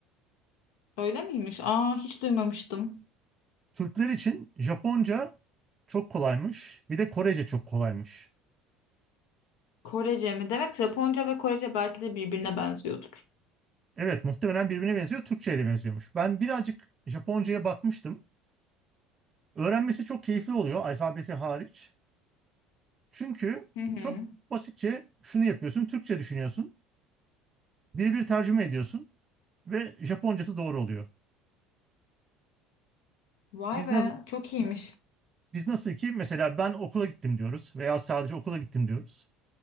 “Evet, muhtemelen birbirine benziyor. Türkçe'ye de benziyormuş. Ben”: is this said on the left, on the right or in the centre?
Right